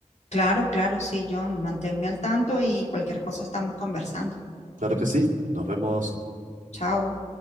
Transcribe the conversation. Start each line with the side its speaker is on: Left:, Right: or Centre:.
Left: claro, claro, sí, John, manténme al tanto y cualquier cosa estamos conversando.
Right: Claro que sí, nos vemos.
Left: Chao.